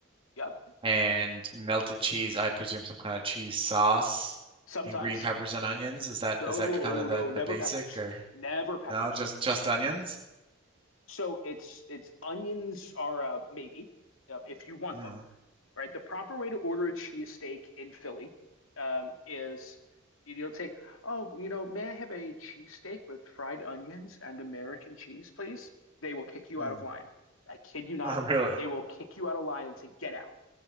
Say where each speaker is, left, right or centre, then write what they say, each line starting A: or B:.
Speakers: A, on the left; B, on the right.
A: yep.
B: and melted cheese. I presume some kind of cheese sauce
A: Sometimes.
B: and green peppers and onions. Is that
A: No,
B: is that kind of
A: no,
B: the
A: never
B: the basic
A: peppers.
B: or
A: Never peppers.
B: no? Just just onions?
A: So it's it's onions are uh, maybe uh, if you want
B: Hmm.
A: them, right? The proper way to order a cheesesteak in Philly um, is you don't say, "Oh, you know, may I have a cheesesteak with fried onions and American cheese, please?" They will kick you
B: Hmm.
A: out of line. I kid you not.
B: <laughs> Not really.
A: They will kick you out of line and say, "Get out."